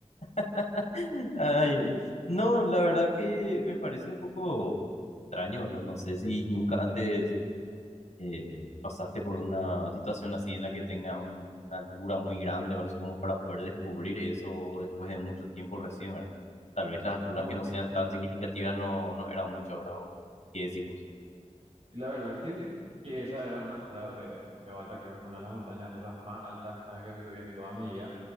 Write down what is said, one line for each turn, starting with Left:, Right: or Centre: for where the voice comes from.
Left: <laughs> Ay, ay, ay. no, la verdad que me parece un poco extraño, ¿verdad? No sé si nunca antes eh, pasaste por una situación así en la que tenga un- una altura muy grande o algo así como para poder descubrir eso después de mucho tiempo recién, ¿verdad? Tal vez las alturas
Right: No,
Left: que no sean tan significativas no, no eran mucho, ¿verdad? ¿O qué decís vos?
Right: la verdad que, que esa era una altura de, demasiado alta, creo que fue una de las montañas rusas más altas a las que me subí en toda mi vida,